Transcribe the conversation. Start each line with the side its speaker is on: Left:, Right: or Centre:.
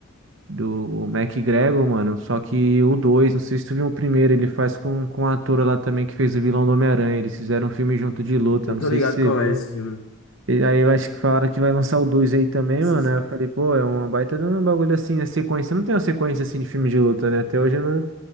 Right: do MacGregor, mano. Só que o 2, não sei se tu viu o primeiro, ele faz com, com a atora lá também que fez o vilão do Homem-Aranha. Eles fizeram um filme junto de luta,
Left: Eu
Right: não
Left: tô
Right: sei
Left: ligado
Right: se você
Left: qual
Right: viu.
Left: é esse filme.
Right: E aí eu acho que falaram que vai lançar o 2 aí também,
Left: Isso
Right: mano.
Left: sim.
Right: Aí eu falei, pô, é uma baita de um bagulho assim, né? Sequência. Não tem uma sequência assim de filme de luta, né? Até hoje eu não,